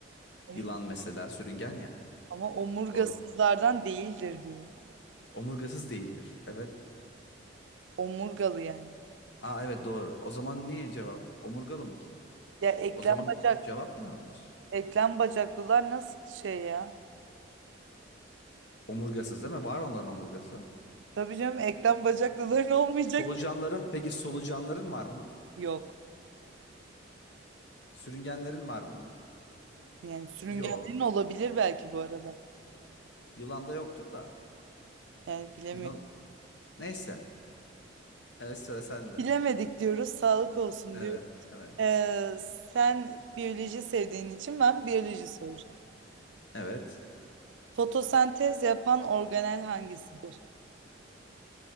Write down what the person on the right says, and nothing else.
Ay,
Ama omurgasızlardan
değildir diyor.
Omurgalı yani.
Ya eklem
bacak,
eklem bacaklılar nasıl şey ya?
Tabii canım eklem bacaklıların <laughs> olmayacak
ki.
Yok.
Yani sürüngenlerin
olabilir belki bu arada.
Yani bilemiyorum.
Bilemedik diyoruz. Sağlık olsun
diyor.
Ee, sen biyoloji sevdiğin için ben biyoloji soracağım.
Fotosentez yapan organel hangisidir?